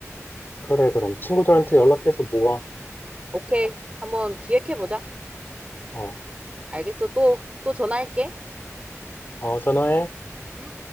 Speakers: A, on the left; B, on the right.
A: 그래, 그럼 친구들한테 연락해서 모아.
B: 오케이 한번 기획해보자.
A: 어, 어,
B: 알겠어 또 또 전화할게.
A: 어, 전화해.
B: 음.